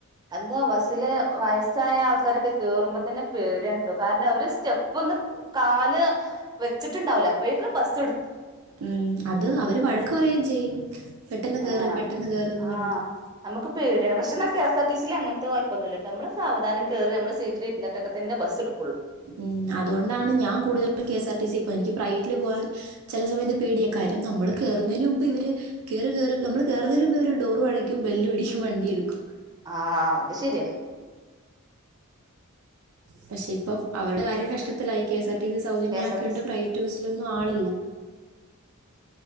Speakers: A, on the right; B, on the right.
A: എന്താ ബസ്സില് വയസ്സായ ആൾക്കാരൊക്ക കേറുമ്പോ തന്നെ പേടിയാണ് ട്ടോ കാരണം അവര് സ്റ്റെപ്പൊന്ന് കാല് വെച്ചിട്ടുണ്ടാവുല്ല അപ്പോഴേക്കും ബസ്സ്ട്
B: ഉം അത് അവര് വഴക്ക് പറയും ചെയ്യും പെട്ടെന്ന്
A: ആഹ്
B: കേറ് പെട്ടെന്ന് കേറന്ന്
A: ആഹ്
B: പറഞ്ഞിട്ട്
A: നമുക്ക് പേ ട്യാണ് പക്ഷെ എന്നാ K S R T C ല് അങ്ങനത്തെ കുഴപ്പൊന്നുല്ലട്ട മ്മള് സാവധാനം കേറി നമ്മള് സീറ്റില് ഇരുന്നിട്ടൊക്ക തന്നെ ബസ്സ് ഇട്
B: ഉം അതുകൊണ്ടാണ് ഞാൻ കൂടുതൽ ലും K S R T C പൂവാ എനിക്ക് പ്രൈവറ്റില് പോവാൻ ചെല സമയത്ത് പേടിയ കാര്യം നമ്മള് കേറുന്നതിന് മുമ്പ് ഇവര് കേറ് കേറ് നമ്മള് കേറുന്നതിന് മുമ്പ് ഇവര് ഡോർ അടക്കും ബെല്ലും അടിക്കും വണ്ടീം എടുക്കും
A: ആ ആ അത് ശരിയാ
B: പക്ഷെ ഇപ്പം അവരുടെ കാര്യം കഷ്ടത്തിലായി കെ എസ് ആർ ടി ല് സൗജന്യ
A: കെ എസ്
B: ആക്കിയോണ്ട്
A: ആർ ടി സി
B: പ്രൈവറ്റ് ബസ്സിലൊന്നും ആളില്ല